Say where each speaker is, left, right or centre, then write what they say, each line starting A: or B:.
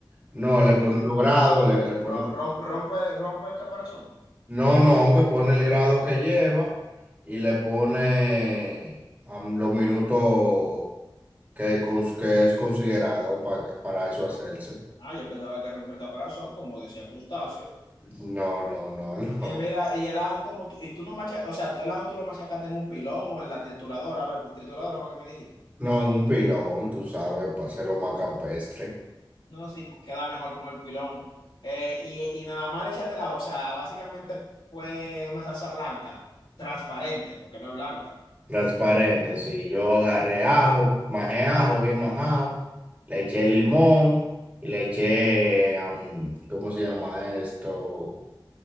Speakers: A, on the right; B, on the left.
A: no, le
B: eh,
A: pone los grados, le, le
B: ro-
A: pone,
B: rom- rompe, rompe el caparazón.
A: no, no, que pone el grado que lleva y le pone am, los minutos que, cons- que es considerado para, para eso hacerse.
B: Ah, yo pensaba que rompe el caparazón, como decía crustáceo.
A: No, no, no, <laughs> no,
B: Y mira, y el ajo como tú, y tú no machacas, o sea, tú- el ajo tú lo machacaste en un pilón o en la trituradora, a ver, pues, trituradora fue que me dijiste.
A: no, en un pilón, tú sabes, para hacerlo más campestre.
B: No, no, sí, queda mejor con el pilón. Eh, y, y nada más le echaste el ajo, o sea, básicamente fue una salsa blanca, transparente, porque no es blanca.
A: Transparente, sí, yo agarré ajo, majé ajo, bien majado, le eché limón y le eché, am, ¿cómo se llama esto?